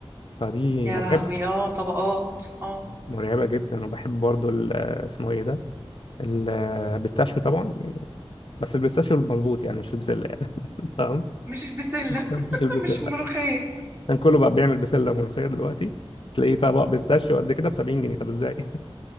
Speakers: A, on the left; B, on the right.
A: فدي
B: يا
A: مرعبة
B: لهوي اه طبقات اه
A: مرعبة جدا وبحب برضو ال- اسمه ايه ده البيستاشيو طبعا بس البيستاشيو المظبوط يعني مش البسله يعني <laughs> تمام
B: مش البسلة
A: مش
B: <laughs>
A: البسله
B: مش
A: <laughs> مم.
B: الملوخية
A: عشان يعني كله بقى بيعمل بسله ملوخيه دلوقتي تلاقيه طبق بيستاشيو قد كده ب 70 جنيه طب ازاي